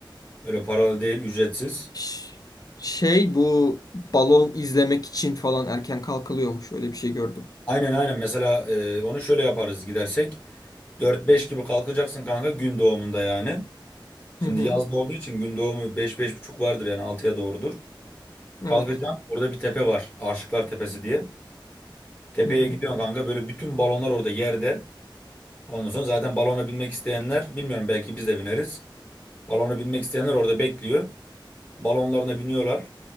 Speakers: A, on the left; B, on the left.
A: Öyle paralı değil, ücretsiz.
B: Ş- Şey bu balon izlemek için falan erken kalkılıyormuş. Öyle bir şey gördüm.
A: Aynen aynen. Mesela e, onu şöyle yaparız gidersek. dört beş gibi kalkacaksın kanka gün doğumunda yani. Şimdi
B: Hı hı.
A: yazda olduğu için gün doğumu beş beş buçuk vardır yani altıya doğrudur. Kalkacaksın.
B: Evet.
A: Orada bir tepe var. Aşıklar Tepesi diye. Tepeye
B: Hı hı.
A: gidiyorsun kanka. Böyle bütün balonlar orada yerde. Ondan sonra zaten balona binmek isteyenler bilmiyorum belki biz de bineriz. Balona binmek isteyenler orada bekliyor. Balonlarına biniyorlar.